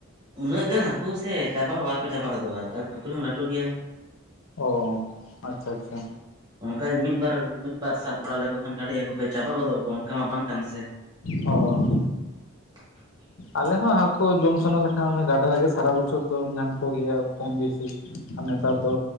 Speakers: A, on the right (about 20°); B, on the left (about 80°).
A: ᱩᱱᱟᱹᱜ ᱜᱟᱱ ᱦᱟᱹᱠᱩ ᱥᱮ ᱪᱟᱵᱟ ᱦᱚᱸ ᱵᱟᱠᱚ ᱪᱟᱵᱟ ᱦᱚᱫᱚᱜᱼᱟ ᱟᱨ ᱯᱩᱠᱷᱨᱤ ᱦᱚᱸ ᱞᱟᱹᱴᱩ ᱜᱮᱭᱟ
B: ᱚ ᱟᱪᱪᱷᱟ ᱟᱪᱪᱷᱟ
A: ᱚᱱᱠᱟ ᱢᱤᱫᱵᱟᱨ ᱢᱤᱫᱵᱟᱨ ᱥᱟᱵ ᱵᱟᱲᱟ ᱞᱮᱠᱚ ᱠᱷᱟᱱ ᱠᱟᱹᱴᱤᱡ ᱦᱟᱹᱠᱩ ᱠᱚ ᱪᱟᱵᱟ ᱜᱚᱫᱚᱜ ᱟᱠᱚ ᱚᱱᱠᱟ ᱢᱟ ᱵᱟᱝ ᱠᱟᱱᱟ ᱥᱮ
B: ᱚ
A: <unintelligible>
B: ᱟᱞᱮ ᱦᱚᱸ ᱦᱟᱠᱳ ᱡᱚᱢ ᱥᱟᱱᱟ ᱞᱮᱠᱷᱟᱱ ᱜᱟᱰᱟ ᱨᱮᱜᱮ ᱥᱟᱨᱟ ᱵᱚᱪᱷᱚᱨ ᱫᱚᱢ ᱧᱟᱢ ᱠᱚᱜᱮᱭᱟ ᱠᱚᱢ ᱵᱮᱥᱤ ᱥᱤ ᱟᱨ ᱱᱮᱛᱟᱨ ᱫᱚ